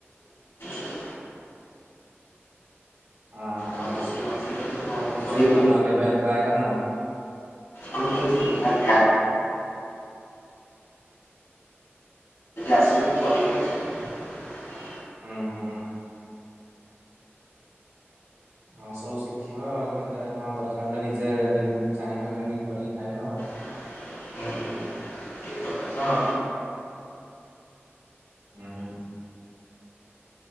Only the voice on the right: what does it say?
ହଁ ହଁ
ନିଜେ
କରୁନ, କେବେ ଟ୍ରାଏ କରିନ
ହଁ ହଁ ହଁ ସବୁ ଶିଖିବ, କେତେବେଳେ କଣ ଦରକାର ହେଲେ ନିଜେ ଯେମିତି ଚାହିଁବ, ସେମିତି କରିକି ଖାଇବା ଆଉ
ହୁଁ